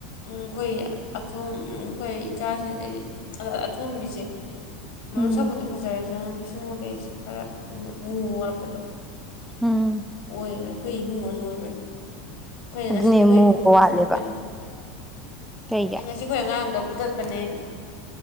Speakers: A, on the left; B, in the centre.
A: ꯎꯝ ꯑꯩꯈꯣꯏ ꯑꯊꯣꯝ ꯈꯣꯏ ꯏꯆꯥꯁꯤꯡ ꯍꯥꯏꯗꯤ ꯑꯊꯣꯝꯕꯤꯁꯦ ꯃꯁꯛꯄꯨꯗꯤ
B: ꯎꯝ
A: ꯐꯖꯔꯁꯨ ꯄꯤꯁꯨꯝ ꯀꯀꯩꯁꯦ ꯈꯔ ꯃ ꯃꯨꯨꯕ ꯋꯥꯠꯄꯗꯣ
B: ꯎꯝ
A: ꯑꯣꯏꯕꯅꯤ ꯑꯩꯈꯣꯏ ꯏꯕꯨꯡꯉꯣꯁꯨ ꯑꯣꯏꯕꯅꯦ ꯑꯩꯈꯣꯏꯅ
B: ꯑꯗꯨꯅꯦ
A: ꯉꯁꯤꯗꯤ ꯑꯩꯈꯣꯏ
B: ꯃꯨꯕ
A: ꯏꯕꯨꯡꯉꯣꯗꯣ
B: ꯋꯥꯠꯂꯦꯕ
A: ꯐꯨꯗꯠꯄꯅꯤ
B: ꯀꯩꯒꯤ
A: ꯑꯩ ꯉꯁꯤ ꯑꯩꯈꯣꯏ ꯑꯉꯥꯡꯗꯣ ꯐꯨꯗꯠꯄꯅꯦ ꯑꯩꯅ